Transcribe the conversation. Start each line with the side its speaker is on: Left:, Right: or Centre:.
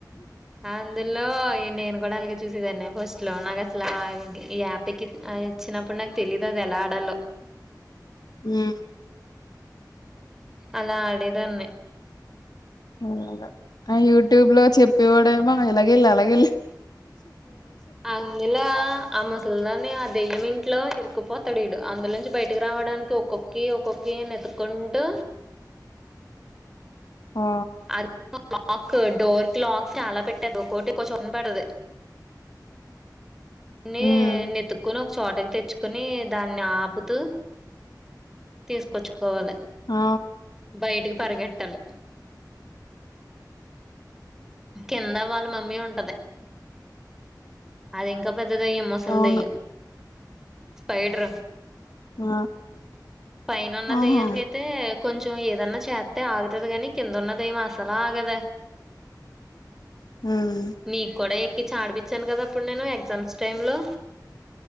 Centre: అందులో నేను కూడా అలగే చూసేదాన్నే ఫస్ట్ లో నాకసల ఆ ఈ యాప్ ఎకి ఇచ్చినప్పుడు నాకు తెలీదదెలా ఆడాలో.
Left: <unintelligible>
Centre: అలా ఆడేదాన్ని.
Left: <unintelligible> ఆ యూట్యూబ్ లో చెప్పేవడేమో ఇలాగెళ్ అలాగెళ్
Centre: అందులో ఆ ముసల్ దాన్ని ఆ దెయ్యం ఇంట్ ట్లో ఇరుక్కుపోతడీడు అందుల్ నుంచి బయటికి రావడానికి ఒక్కొ క్కీ ఒక్కొ క్కి నెతుక్కుంటూ
Left: ఆ
Centre: అది <inaudible> లాక్ క్ డోర్ కి లాక్స్ చాలా <unintelligible> ఒక్కొటి ఒక్కో చోటన పెడతది. నే
Left: ఉమ్
Centre: నెతుక్కొనొక చోటకి తెచ్చుకునీ దాన్నాపుతూ తీసుకొచ్చుకోవాలె.
Left: ఆ
Centre: బయటికి పరిగెట్టల్ల్ కింద వాళ్ల మమ్మీ ఉంటది అదింకా పెద్ద దెయ్యం ముసల్
Left: అవును
Centre: దెయ్యం స్పైడర్ర్
Left: ఆ
Centre: పైనున్న
Left: ఆహా
Centre: దెయ్యానికైతే కొంచెం ఏదన్నా చేత్తె ఆగుతది గని కిందున్న దెయ్యం అసలాగదే.
Left: ఉమ్
Centre: మీక్కూడా ఎ కిచ్చి ఆడిపిచ్చాను గద అప్పుడు నేనూ ఎగ్జామ్స్ టైమ్ లో